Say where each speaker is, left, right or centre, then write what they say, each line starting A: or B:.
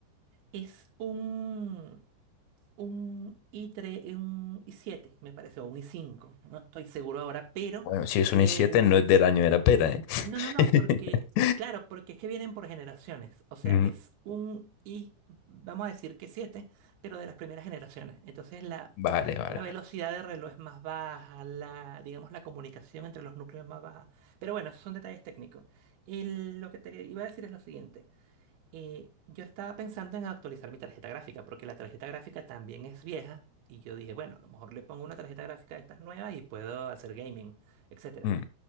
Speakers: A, on the right; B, on the left.
A: Es un, un i tres, un i siete, me parece, o un i cinco. no estoy seguro ahora, pero...
B: Bueno, si es un
A: eh,
B: i7, no es del año de la pera, ¿eh?
A: No, no, no,
B: <laughs>
A: porque, claro, porque es que vienen por generaciones. O sea,
B: Mm,
A: es un I, vamos a decir que siete, pero de las primeras generaciones. Entonces la,
B: Vale, vale,
A: la
B: vale.
A: velocidad de reloj es más baja, la, digamos, la comunicación entre los núcleos es más baja. Pero bueno, esos son detalles técnicos. El- lo que te iba a decir es lo siguiente. Eh, yo estaba pensando en actualizar mi tarjeta gráfica, porque la tarjeta gráfica también es vieja. Y yo dije, bueno, a lo mejor le pongo una tarjeta gráfica de estas nuevas y puedo hacer gaming, etcétera
B: Mm,